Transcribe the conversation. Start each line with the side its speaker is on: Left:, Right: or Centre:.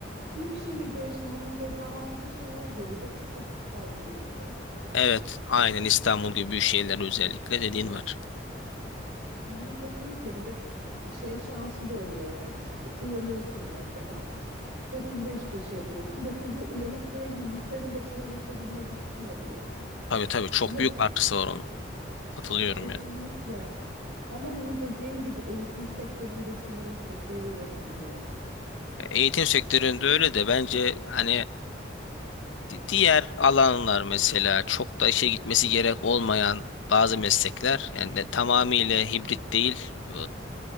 Right: büyük şehirde yaşamanın dezavantajı var. Yolda çok vakit harcıyorsun.
Left: evet aynen İstanbul gibi büyük şehirler özellikle dediğin var.
Right: Yani kesinlikle bir de şey şansı da oluyor yani şimdi uyanıyorsun mesela dokuzda işbaşı yapıyorsun dokuzda uyanıp direkt bilgisayarın başına geçebilme lüksün oluyor.
Left: Tabii tabii çok
Right: Ama
Left: büyük artısı var onun. Katılıyorum
Right: kesinlikle
Left: yani.
Right: ama hani dediğin gibi eğitim sektöründe sanırım sekteye uğratabiliyor.
Left: Ya Eğitim sektöründe öyle de bence hani Di- Diğer alanlar mesela çok da işe gitmesi gerek olmayan bazı meslekler yani de- tamamıyla hibrit değil e,